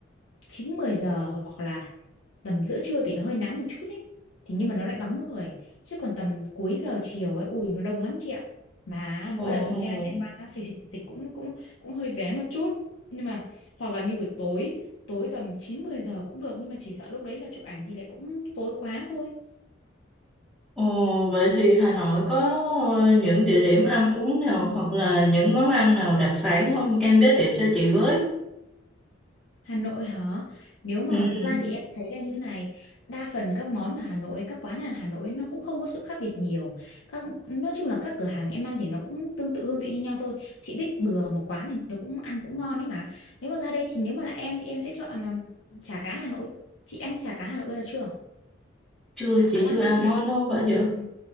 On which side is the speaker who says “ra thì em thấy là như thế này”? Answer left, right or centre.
Left